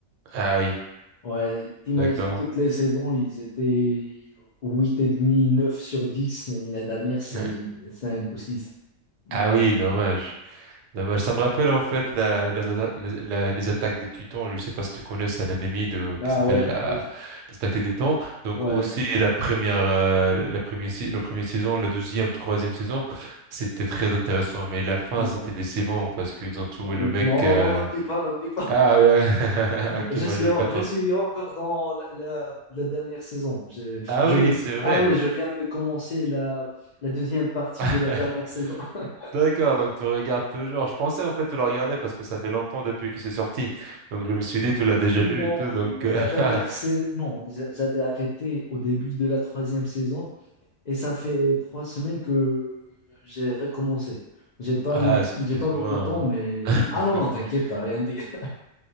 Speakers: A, on the right (about 70°); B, on the left (about 80°).
A: Ah oui,
B: Ouais, t'imagines
A: d'accord.
B: toutes les saisons, ils étaient huit et demi 9 sur 10 mais la dernière, c'est
A: Ouais.
B: 5 ou six Ouais.
A: Ah oui, dommage. Dommage. Ça me rappelle en fait la, la- la- la- les attaques des Titans. Je ne sais pas si tu connais, c'est un anime de,
B: Ah
A: qui s'appelle
B: ouais,
A: la,
B: mais-
A: les attaques des Titans. Donc
B: ouais,
A: aussi la première, euh, la première, si- la première saison, la deuxième, troisième saison, c'était très intéressant. Mais la fin,
B: ouais.
A: c'était décevant parce qu'ils ont trouvé
B: Bon,
A: le mec.
B: Non, non,
A: euh,
B: non, ne me dis pas, ne me dis
A: Ah oui, ah oui. <laughs> ok,
B: Je
A: bah
B: suis,
A: je vais
B: en-
A: pas trop.
B: je suis encore dans la, la- la dernière saison. Je,
A: Ah
B: je,
A: oui,
B: vi-
A: c'est vrai.
B: ah oui je viens de commencer la, la deuxième partie
A: <laughs>
B: de la dernière saison. <laughs>
A: D'accord, donc tu regardes toujours. Je pensais en fait tu la regardais parce que ça fait longtemps depuis que c'est sorti. Donc je me suis dit tu l'as déjà
B: Non,
A: vu et tout. Donc
B: mais
A: euh,
B: la dernière
A: <laughs>
B: saison, non, j'a- j'avais arrêté au début de la troisième saison et ça fait trois semaines que j'ai recommencé. J'ai pas
A: ah
B: de,
A: excuse-moi.
B: j'ai pas beaucoup de temps, mais...
A: <laughs>
B: Ah non, non, t'inquiète, t'as rien dit. <laughs>